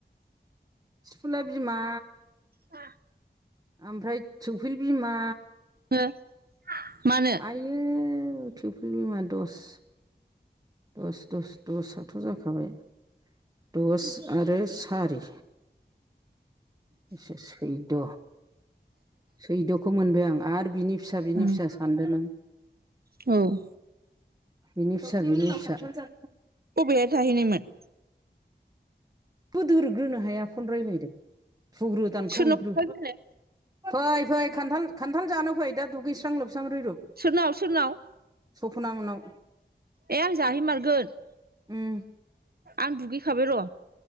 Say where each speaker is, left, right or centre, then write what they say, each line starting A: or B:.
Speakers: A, on the right; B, on the right.
A: थिफुला बिमा
B: ओ
A: ओमफ्राय थुफ्रि बिमा
B: म होन <unintelligible>
A: आयो थुफ्रि बिमा दस दस दस दसाथ' जाखाबाय दस आरो सारि सै सैद' सैद'खौ मोनबाय आं आरो बिनि फिसा बिनि
B: उम
A: फिसा सानदो नों
B: औ
A: बिनि फिसा बिनि फिसा
B: अबेहाय थाहैनायमोन
A: बोदोरग्रोनो हाया फन रायजलायदों थुग्रो दानखावहैग्रो
B: सोरनाव खोन्थाग्रोनो
A: फै फै खान्थाल खान्थाल जानो फै दा दुगैस्रां लोबस्रां रैरुप
B: सोरनाव सोरनाव
A: सफ'ना मोननाव
B: ए आं जाहैमारगोन
A: उम
B: आं दुगैखाबाय र'